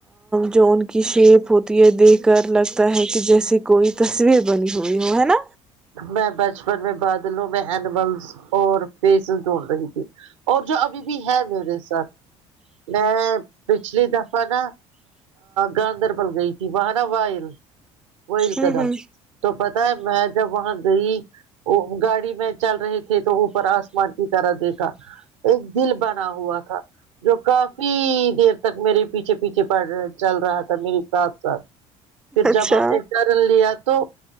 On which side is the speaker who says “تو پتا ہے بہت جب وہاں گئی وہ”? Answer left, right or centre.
Right